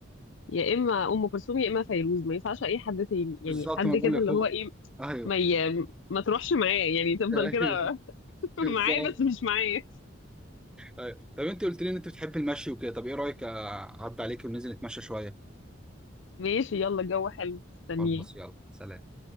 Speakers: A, on the left; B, in the centre.
A: يا اما ام كلثوم يا اما فيروز ما ينفعش اي حد تاني يعني
B: بالظبط
A: حد
B: ما بقول
A: كده
B: لك
A: اللي
B: هو
A: هو ايه
B: ايوه
A: ما ي... ما تروحش معاه يعني تفضل
B: <laughs> أيوة،
A: كده <laughs> معاه
B: بالظبط
A: بس مش معايا
B: أيوة. طب انت قلت لي ان انت بتحب المشي وكده طب ايه رايك اعدي عليك وننزل نتمشى شويه
A: ماشي يلا الجو حلو استنيه
B: خلاص يلا سلام